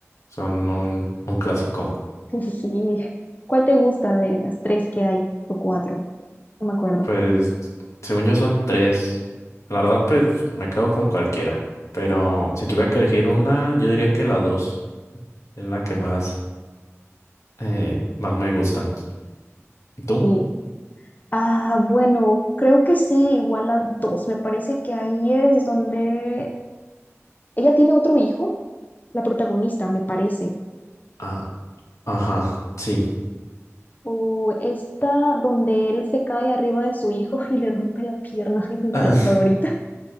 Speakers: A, on the left; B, on the left.
A: Son un, un clásico.
B: <laughs> Sí. ¿Cuál te gusta de las tres que hay o cuatro? No me acuerdo.
A: Pues, según yo son tres. La verdad, pues me quedo con cualquiera. Pero si tuviera que elegir una, yo diría que la dos es la que más, eh, más me gusta. ¿Y tú?
B: Y Ah, bueno, creo que sí, igual a dos. Me parece que ahí es donde ella tiene otro hijo, la protagonista, me parece.
A: Ah, ajá, sí. <laughs>
B: O esta donde él se cae arriba de su hijo <laughs> y le rompe la pierna, <laughs> es mi
A: Ah,
B: parte favorita.